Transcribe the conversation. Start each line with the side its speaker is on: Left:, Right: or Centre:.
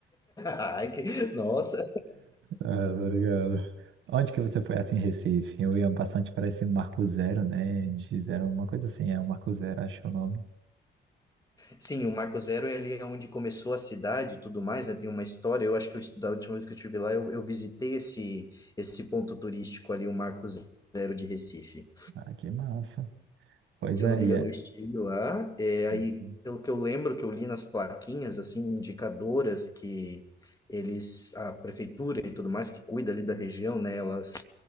Left: Ai, que- nossa,
Right: Ah, obrigado. Onde que você foi assim em Recife? Eu ia bastante para esse Marco Zero, né? NX Zero, uma coisa assim, é o Marco Zero, acho que é o nome.
Left: sim, o Marco Zero é ali onde começou a cidade e tudo mais, né? Tem uma história. Eu acho que eu, estu- da última vez que eu estive lá, eu, eu visitei esse, esse ponto turístico ali, o Marco Zero de Recife.
Right: Ah, que massa. Pois
Left: se
Right: é,
Left: eu não me
Right: e
Left: engano,
Right: é.
Left: o estilo lá. É, aí,
Right: Uhum.
Left: pelo que eu lembro, que eu li nas plaquinhas, assim, indicadoras que eles, a prefeitura e tudo mais que cuida ali da região, né, elas,